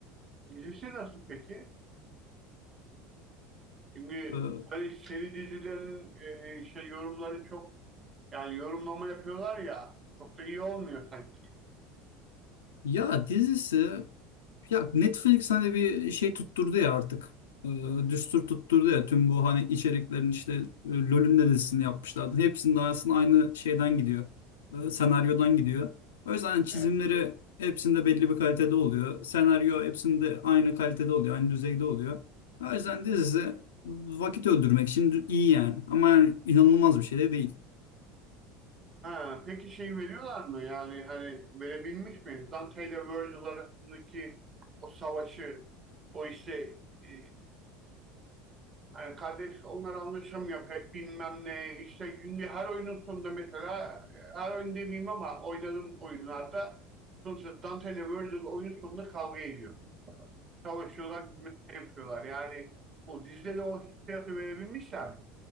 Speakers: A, on the right; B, on the left.
A: Dizisi nasıl peki? Çünkü
B: Ee,
A: böyle seri dizilerin e, şey yorumları çok yani yorumlama yapıyorlar ya çok da iyi olmuyor sanki.
B: ya dizisi Ya Netflix hani bir şey tutturdu ya artık. Ee, düstur tutturdu ya tüm bu hani içeriklerin işte e, LoL'ün de dizisini yapmışlardı. Hepsinin arasında aynı şeyden gidiyor. Ee, senaryodan gidiyor. O yüzden hani çizimleri
A: Yani,
B: hepsinde belli bir kalitede oluyor. Senaryo hepsinde aynı kalitede oluyor. Aynı düzeyde oluyor. O yüzden dizisi vakit öldürmek için iyi yani. Ama yani inanılmaz bir şey de değil.
A: ha, peki şey veriyorlar mı? Yani hani verebilmiş mi? Dante ile Virgil arasındaki o savaşı o işte e, Hani kardeş onlar anlaşamıyor pek bilmem ne. İşte günde her oyunun sonunda mesela her oyun demeyeyim ama oynadığım oyunlarda sonuçta Dante ile Virgil oyun sonunda kavga ediyor. Savaşıyorlar bilmem ne yapıyorlar. Yani o dizide de o hissiyatı verebilmişler.